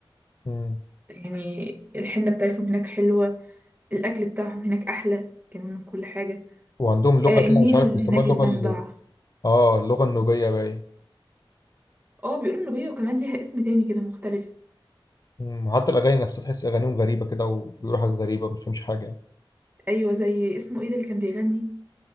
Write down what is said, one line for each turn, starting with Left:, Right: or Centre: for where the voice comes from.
Left: م.
Right: يعني الحنة بتاعتهم هناك حلوة الأكل بتاعهم هناك أحلى كمان من كل حاجة
Left: وعندهم لغه
Right: آه
Left: كده
Right: النيل
Left: مش عارف بيسموها
Right: هناك
Left: اللغه
Right: المنبع
Left: ال... اه اللغه النوبيه باين
Right: اه بيقولوا النوبية وكمان ليها اسم تاني كده مختلف
Left: م. وحتى الاغاني نفسها تحس اغانيهم غريبه كده وبيقولوا حاجات غريبه ما بتفهمش حاجه يعني
Right: أيوة زي اسمه ايه ده اللي كان بيغني